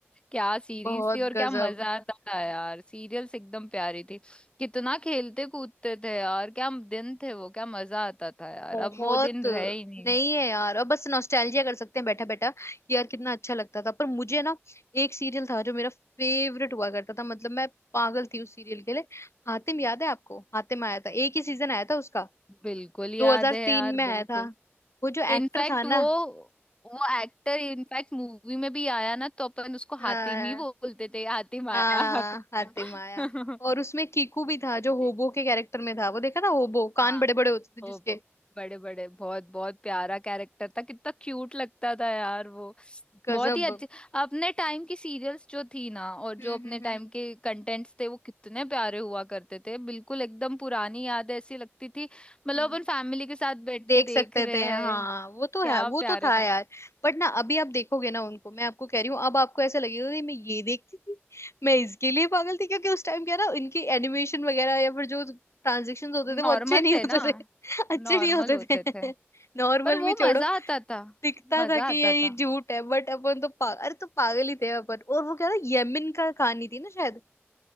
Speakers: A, on the left (about 20°); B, on the left (about 75°).
A: क्या सीरीज
B: बहुत
A: थी और क्या
B: गजब
A: मजा आता था यार सीरियल्स एकदम प्यारी थी कितना खेलते कूदते थे यार क्या दिन थे वो क्या मजा आता था यार
B: बहुत
A: अब वो दिन रहे ही
B: नहीं है यार अब बस नॉस्टैल्जिया कर सकते हैं बैठा बैठा कि यार कितना अच्छा लगता था पर मुझे ना एक सीरियल था जो मेरा फेवरेट हुआ करता था मतलब मैं पागल थी उस सीरियल के लिए हातिम याद है आपको हातिम आया था एक ही सीजन आया था उसका
A: बिल्कुल याद
B: 2003
A: है यार
B: में आया
A: बिल्कुल
B: था वो जो एक्टर
A: इनफैक्ट
B: था ना
A: वो वो एक्टर इनफैक्ट मूवी में भी आया ना तो अपन उसको
B: हाँ
A: हातिम ही बोलते थे हातिम आया
B: हाँ
A: हातिम
B: हातिम आया
A: आया। <laughs>
B: और उसमें कीकू भी
A: ये सारी
B: था जो
A: थी।
B: होबो के कैरेक्टर में था वो देखा था होबो कान
A: हाँ।
B: बड़े बड़े होते थे
A: ओ
B: जिसके
A: बड़े बड़े बहुत बहुत प्यारा कैरेक्टर था कितना क्यूट लगता था यार वो
B: गजब
A: बहुत ही अच्छे अपने टाइम की सीरियल्स जो थी ना और जो
B: हम्म
A: अपने
B: हम्म
A: टाइम
B: हम्म
A: के कंटेंट्स थे वो कितने प्यारे हुआ करते थे बिल्कुल एकदम पुरानी याद ऐसी लगती थी मतलब
B: हम्म
A: अपन फैमिली के साथ बैठ
B: देख
A: के देख
B: सकते
A: रहे
B: थे हाँ
A: हैं
B: वो तो
A: क्या
B: है वो
A: प्यारे
B: तो था
A: का
B: यार बट ना अभी आप देखोगे ना उनको मैं आपको कह रही हूँ अब आपको ऐसा लगेगा कि मैं ये देखती थी मैं इसके लिए पागल थी क्योंकि उस टाइम क्या ना इनकी एनिमेशन वगैरह या फिर जो ट्रांजेक्शन होते थे वो
A: नॉर्मल
B: अच्छे नहीं
A: थे
B: होते
A: ना
B: थे <laughs> अच्छे
A: नॉर्मल
B: नहीं होते
A: होते
B: थे
A: थे
B: <laughs> नॉर्मल
A: पर वो
B: भी छोड़ो
A: मजा आता था
B: दिखता
A: मजा
B: था कि
A: आता
B: ये
A: था
B: ये झूठ है बट अपन तो पागल अरे तो पागल ही थे अपन और वो क्या था यमन का कहानी थी ना शायद